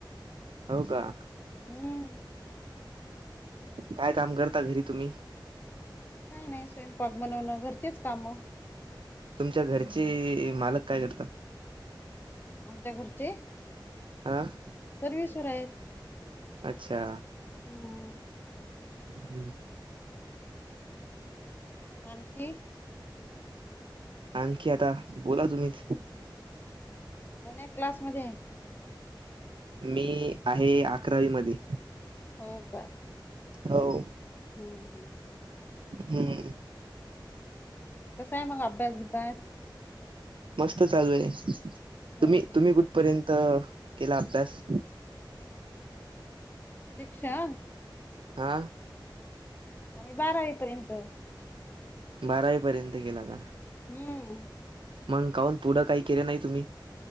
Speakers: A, on the right; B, on the left.
A: हो का?
B: हम्म.
A: काय काम करता घरी तुम्ही
B: काय नाही स्वयंपाक बनवणं घरचेच काम
A: तुमच्या घरचे मालक काय करतात
B: आमच्या घरचे
A: आह
B: सर्विसवर आहेत
A: अच्छा
B: हम्म
A: हम्म
B: आणखी
A: आणखी आता बोला तुम्हीच
B: कोन्या क्लासमध्ये आहे
A: मी आहे अकरावी मध्ये
B: हो का
A: हो
B: हम् हम्
A: हम्म
B: कस आहे मग अभ्यास बीभ्यास
A: मस्त चालू आहे
B: हो
A: तुम्ही
B: का
A: तुम्ही कुठ पर्यंत केला अभ्यास
B: शिक्षा
A: हा
B: आम्ही बारावीपर्यंत
A: बारावी पर्यंत केला का
B: हम्म
A: मग काउन पुढं काही केले नाही तुम्ही